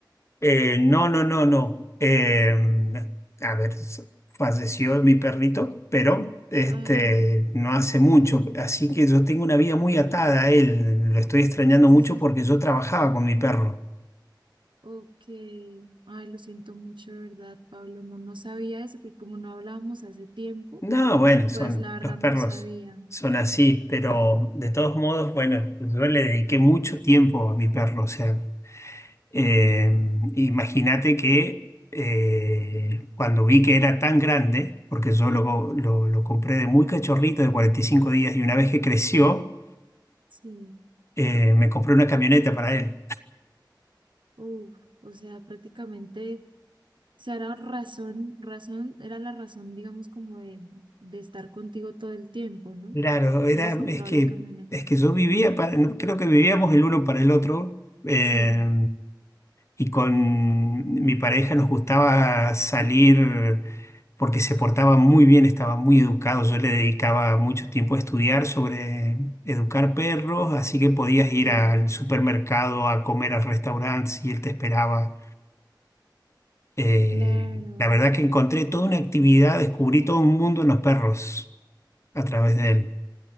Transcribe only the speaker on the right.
Ah,
sí,
sí,
sí.
Ok. Ay, lo siento mucho, de verdad, Pablo. No, no sabía eso, porque como no hablábamos hace tiempo,
pues la verdad
no sabía.
Sí.
Uf, o sea, prácticamente, o sea, era razón, razón, era la razón, digamos, como de, de estar contigo todo el tiempo, ¿no?
Que
hayas comprado
la camioneta.
Sí,
sí,
claro.